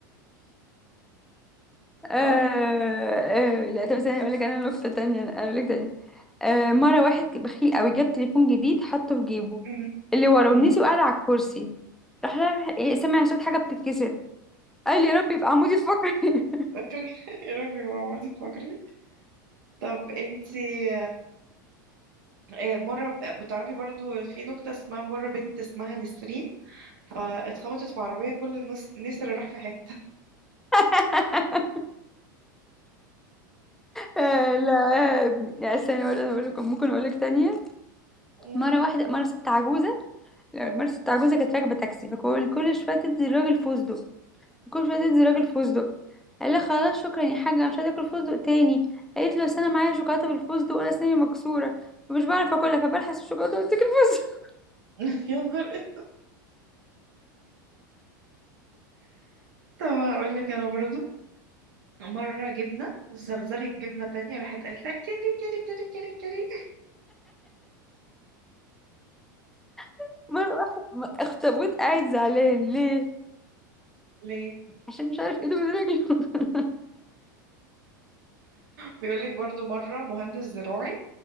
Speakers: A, in the centre; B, on the right.
A: آه
B: اه
A: آه
B: مم.
A: لا طب استني اقول لك انا نكته تانية انا اقول لك تانية آه مره واحد بخيل قوي جاب تليفون جديد حطه في جيبه
B: مم.
A: اللي ورا ونسي
B: مم.
A: وقعد على الكرسي راح رايح- إيه، سمع صوت حاجه بتتكسر قال يا رب يبقى عمودي الفقري
B: <laughs> يا ربي يا عمرتي تفكري طب انتي آه، مرة ب- بتعرفي برضو في نكتة اسمها مرة بنت اسمها نسرين فاتخبطت في عربية كل نص نسر راح في حتة
A: <laughs> آه، لا لا استني ولا اقول لكم ممكن اقول لك تانية
B: مم.
A: مرة واحدة مرة ست عجوزة لا، مرة ست عجوزة كانت راكبة تاكسي فكل كل شوية تدي الراجل فستق كل شوية تدي الراجل فستق قال لي خلاص شكرا يا حاجه انا مش عايزه اكل فستق تاني قالت له اصل انا معايا شوكولاته بالفستق وانا اسناني مكسوره فمش بعرف اكلها فبلحس الشوكولاته واتاكل فستق
B: <laughs> يا نهار إيه. طب هقول لك انا برضو مرة جبنة زغزغت جبنة تانية راحت قالت لك كيري كيري كيري كيري كيري
A: <laughs> مره واحده اخطبوط قاعد زعلان ليه
B: ليه
A: عشان مش عارف ايده من رجله <laughs>
B: بيقول لك برضو مرة مهندس زراعي